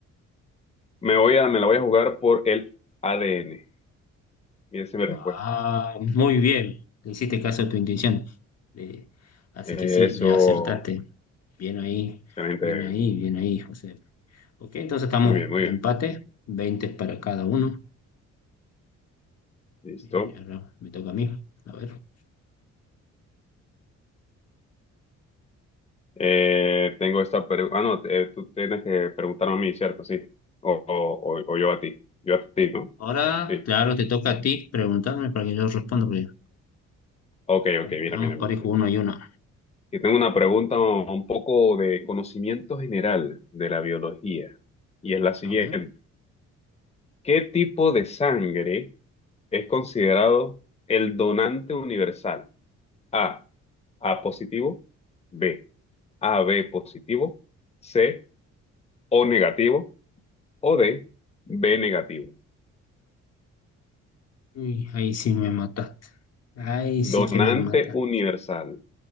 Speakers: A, on the left (about 20°); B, on the left (about 55°).
A: me voy a, me la voy a jugar por el ADN. Y esa es mi
B: Ah,
A: respuesta.
B: muy bien. Le hiciste caso a tu intuición. Le- así
A: Eh,
B: que sí,
A: Eso,
B: le acertaste. Bien ahí,
A: excelente.
B: bien ahí, bien ahí, José. Ok, entonces estamos
A: Muy bien, muy
B: empate,
A: bien.
B: 20 para cada uno.
A: Listo.
B: Bien, ahora me toca a mí. A ver.
A: Eh, tengo esta pregunta. Ah, no, te- tú tienes que preguntarme a mí, ¿cierto? Sí. O, o- o- o yo a ti. Yo a ti, ¿no?
B: Ahora,
A: Sí.
B: claro, te toca a ti preguntarme para que yo responda, porque
A: Ok,
B: Ahí
A: ok, mira,
B: Vamos
A: mira, mira,
B: parejo
A: mira.
B: uno y una.
A: Aquí tengo una pregunta un poco de conocimiento general de la biología. Y es la siguiente.
B: A ver.
A: ¿Qué tipo de sangre es considerado el donante universal? A, A positivo. B, A B positivo, C O negativo o D B negativo.
B: Uy, ahí sí me mataste. Ahí sí
A: Donante
B: que me mataste.
A: universal.